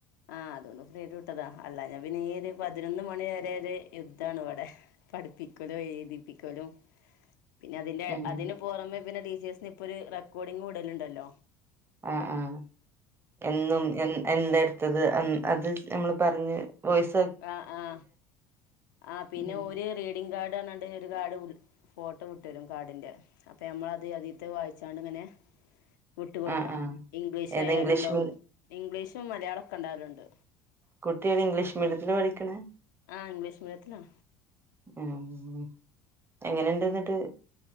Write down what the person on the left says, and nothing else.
ആഹ് അതോണ്ട് ഫ്രീയായിട്ട് വിട്ടതാ അല്ലാഞ്ഞ പിന്നെ ഈ ഒര് പതിനൊന്ന് മണി വരെ ഒര് യുദ്ധണ് വടെ പഠിപ്പിക്കലും, എഴുതിപ്പിക്കലും പിന്നെ അതിന്റെ
അതിന് പൊറമെ പിന്നെ ടീച്ചേഴ്സിന് ഇപ്പൊര് റെക്കോർഡിങ് വിടല്ണ്ടല്ലോ
ആഹ് ആഹ് ആഹ് പിന്നെ
ഓര് റീഡിംഗ് കാർഡ് അർഞാണ്ട് ഒര് കാർഡ് വ്ൾ ഫോട്ടം വിട്ടേരും കാർഡിന്റെ അപ്പ ഞമ്മളത് അതീത്തെ വായിച്ചാണ്ട് ങ്ങനെ വിട്ട് കൊട്ക്കാ
ഇംഗ്ലീഷായാലുണ്ടാവും
ഇംഗ്ലീഷും മലയാളൊക്കെണ്ടാവല്ണ്ട്
ആഹ് ഇംഗ്ലീഷ്മീഡിയത്തിലാ